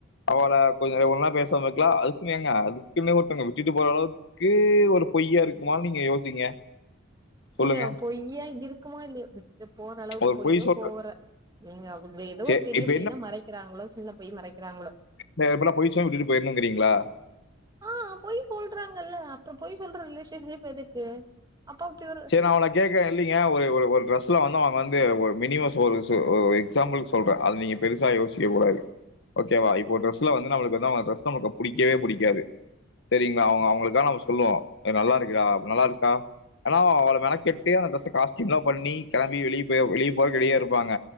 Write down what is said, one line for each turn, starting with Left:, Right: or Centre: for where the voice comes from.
Left: அவள கொஞ்சோ ஒரு நாள் பேசாம இருக்கலா அதுக்குன் ஏங்க அதுக்குன்னே ஒருத்தங்க விட்டுட்டு போற அளவுக் கு ஒரு பொய்யா இருக்குமானு நீங்க யோசிங்க சொல்லுங்க
Right: ஏங்க பொய்யா இருக்குமா இல்லையா விட்டுட்டு போற அளவுக்கு
Left: ஒரு
Right: பொய்யோ
Left: பொய் சொல்ற
Right: போகற நீங்க அவங்கள ஏதோ
Left: சரி
Right: ஒரு பெரிய
Left: இப்ப
Right: பொய் தா மறைக்கிறாங்களோ சின்ன பொய் மறைக்கிறாங்களோ
Left: இப்பல்லா பொய் சொன்னா விட்டுட்டு போயிர்ணுங்றீங்களா
Right: ஆ பொய் சொல்றாங்கல்ல அப்ப பொய் சொல்ற ரிலேஷன்ஷிப் எதுக்கு அப்ப அப்டி ஒரு
Left: நா அவள கேட்கற இல்லைங்க ஒரு ஒரு டிரெஸ்ல வந்து அவங்க வந்து ஒரு மினிமோ ஒரு சொல் ஒரு எக்ஸாம்பிள் சொல் சொல்றே அது நீங்க பெருசா யோசிக்கக் கூடாது ஓகேவா இப்போ டிரெஸ்ல வந்து நம்மளுக்கு வந்து அவங்க டிரெஸ் நமக்கு பிடிக்கவே பிடிக்காது செரிங்களா அவங்க அவங்களுக்காக நம்ம சொல்லுவோ ஏ நல்லா இருக்குடா நல்லா இருக்கா ஆனா அவள மெனக்கெட்டு அந்த டிரெஸ் காஸ்டயூம்லா பண்ணி கெளம்பி வெளியே போய் வெளிய போறதுக்கு ரெடியா இருப்பாங்க